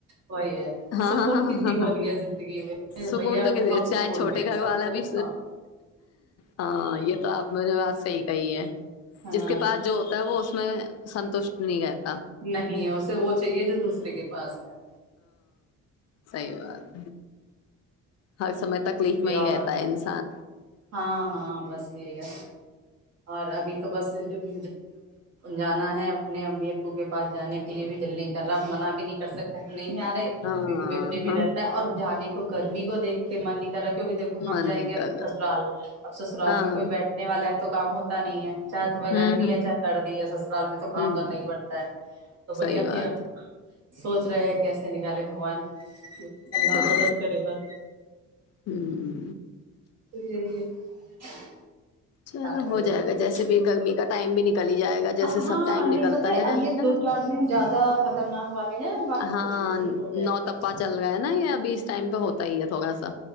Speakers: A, on the right (about 55°); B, on the left (about 55°).
A: وہی ہے
B: ہاں
A: سکون
B: ہاں ہاں
A: کسی
B: ہاں
A: کو
B: ہاں
A: نہیں ہے زندگی میں
B: سکون
A: بھیا
B: تو ک
A: ہم
B: چاہے
A: سکون
B: چھوٹے
A: میں ہے
B: گھر
A: سب
B: والا
A: کو
B: بھی
A: ہاں
B: ہاں یہ تو آپ م نے بات صحیح کہیے
A: ہاں
B: جس کے پاس جو ہوتا ہے وہ اس میں سنوش نہیںگا
A: نہیں ہے اسے وہ چاہیے جو دوسرے کے پاس ہے
B: سحی بات ہے ہر سمے تکلیف میں ہی
A: اور
B: رہتا ہے انسان
A: ہاں ہاں بس یہی ہے اور ابھی تو بسس اب جانا ہے اپنے امی او کے پاس جانے کے لیے بھی دل نہیں کر منع بھی نہیں کر سکتا ہم نہیں آ رہے
B: ہاں ہاں
A: کیونکہ بے بھی
B: ہاں
A: رہتا ہے اور جانے کے گرمی کو دیکھ کے من کیک کہ دیکو ہم
B: من
A: جائیں
B: نہیں
A: گے
B: کر رہا
A: سسرال اب سسرال
B: ہاں
A: میں کوئی بیٹھنے والا ہے تو تو کام ہوتا نہیں ہے چاہے تمہیں گرمی
B: ہوں ہوں
A: ہے چاہے سردی ہے سسرال میں تو کام
B: ہوں
A: کرنا ہی پڑتا ہے تو بھیا
B: صحیح بات
A: ہی
B: ہے
A: سوچ رہے ہیں کیسے نکالے بگوان اللہ
B: ہاں
A: مدد کری گا
B: ہوں
A: جی <unintelligible> ج ہے <unintelligible>
B: چلو
A: کرے
B: ہو جائے
A: بس
B: گا جیسے بھی گرمی کا ٹائم بھی نکل ہی جائے گا جیسے
A: ہاں
B: سب ٹائم
A: نہیں
B: نکلتا
A: پتہ
B: ہے
A: اب یہ دو
B: نا
A: چار دن زیادہ خطرناک والے ہیں باقی
B: ہاں
A: تو سب ٹھیک ہو جائے
B: نو
A: گا۔
B: پا چل گا ہے نا یہ ابھی اس ٹائم پہ ہوتا ہی ہے تھوڑا سا